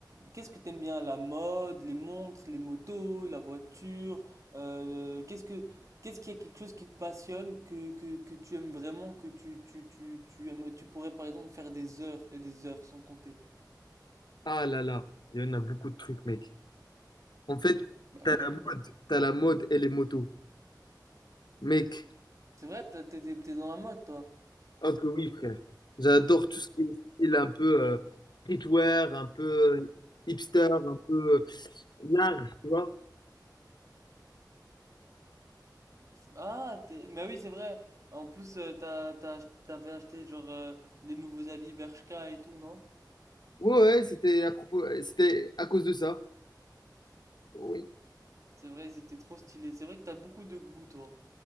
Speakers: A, on the right; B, on the left.
A: qu'est-ce que t'aimes bien? La mode, les montres, les motos, la voiture, euh, qu'est-ce que, qu'est-ce qu'il y a quelque chose qui te passionne, que, que, que tu aimes vraiment, que tu, tu, tu, tu aimes, tu pourrais par exemple faire des heures et des heures sans compter.
B: Ah là là, il y en a beaucoup de trucs, mec. En fait,
A: Bah
B: t'as
A: comme.
B: la mode, t'as la mode et les motos. Mec,
A: C'est vrai, t'es, t'es, t'es- t'es dans la mode, toi.
B: oh que oui, frère. J'adore tout ce qui est style un peu euh, streetwear, un peu euh, hipster, un peu euh, large, tu vois.
A: Ah, t'es, mais oui, c'est vrai. En plus, euh, t'as, t'as, ach- t'avais acheté genre euh, les nouveaux habits Bershka et tout, non?
B: Ouais, ouais, c'était à propos, c'était à cause de ça. Oui,
A: C'est vrai, ils étaient trop stylés. C'est vrai que t'as beaucoup de goût, toi.